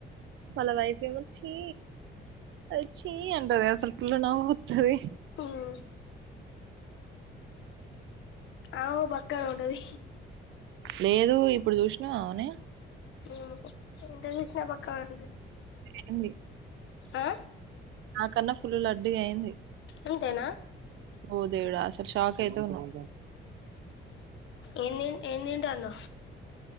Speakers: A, on the right; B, on the left.
A: వాళ్ళ వైఫ్ ఏమో చ్చి అది చీ అంటది అసలు ఫుల్లు నవ్ తది
B: ఉమ్ ఆమే కుడా బక్కగానే ఉంటది
A: లేదు ఇప్పుడు చూసినావా అమేని
B: ఏమో ఎంత చుసిన బక్కనే ఆని
A: అయింది
B: ఆ
A: నాకన్నా ఫుల్లులడ్డుగా అయింది
B: అంతెనా
A: ఓదేవుడా అసలు శాక్ అయితవ్ నువ్
B: ఎం తిం ఎం తింటాందో